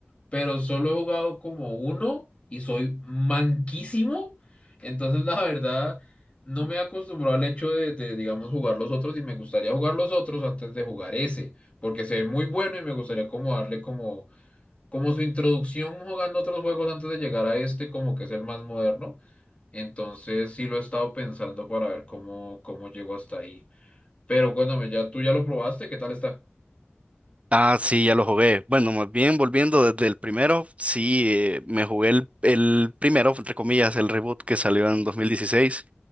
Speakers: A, on the left (about 30°); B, on the right (about 30°).
A: pero solo he jugado como uno y soy manquísimo. Entonces, la verdad, no me he acostumbrado al hecho de, de, digamos, jugar los otros y me gustaría jugar los otros antes de jugar ese, porque se ve muy bueno y me gustaría como darle como, como su introducción jugando otros juegos antes de llegar a este, como que es el más moderno. Entonces sí lo he estado pensando para ver cómo, cómo llego hasta ahí. Pero cuéntame, ya, tú ya lo probaste, ¿qué tal está?
B: Ah, sí, ya lo jugué. Bueno, más bien volviendo desde el primero, sí, eh, me jugué el, el primero, entre comillas, el reboot que salió en 2016.